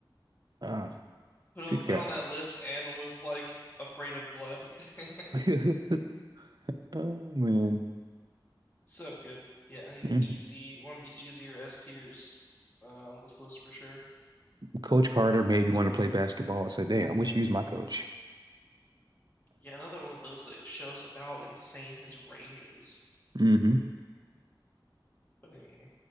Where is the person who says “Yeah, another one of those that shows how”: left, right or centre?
Left